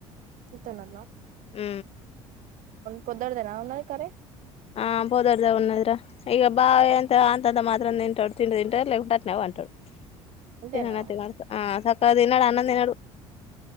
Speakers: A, on the right; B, on the left.
A: ఇతనా
B: ఊ
A: పొద్ద్దడదనా ఉ కర
B: ఆ పొద్దర్ద ఉన్నద్ర ఈక బా ఎంత అంతంద మాత్రం నిం ఆ తింట తింటాడు లేకపోతే అట్లే పంటడు
A: ఇంతేనా
B: తినను తినను ఆ సక్ తిన్నాడు అన్నం తినడు